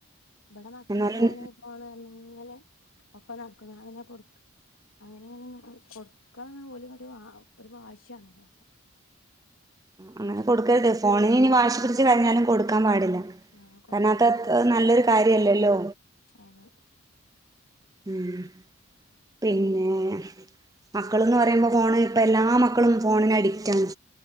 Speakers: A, on the left; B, on the right.
A: ഇബടെ മക്കള്
B: എന്നാലും
A: ഫോണ് ഫോണ് അർഞ്ഞ് ഇങ്ങനെ ഒപ്പം നട്ക്കും ഞാൻ പിന്നെ കൊട്ക്ക അങ്ങനിഇങ്ങനെന്നും കൊടുക്കാ ഓല്ങേട്ട് വാ ഒര് വാശ്യാണല്ലോ
B: അങ്ങനെ കൊട്ക്കരുത് ഫോണിന് ഇനി വാശി
A: ആ
B: പിടിച്ച് കരഞ്ഞാലും കൊട്ക്കാൻ പാടില്ല
A: ആ കൊടുക്കാൻ
B: കാരണം അത്
A: പാടില്ല
B: ത്ര നല്ലൊരു കാര്യല്ലല്ലോ
A: അതെ
B: ഉം പിന്നെ മക്കള്ന്ന് പറയുമ്പോ ഫോണ് പ്പ എല്ലാ മക്കളും ഫോണിന് അഡിക്റ്റാണ്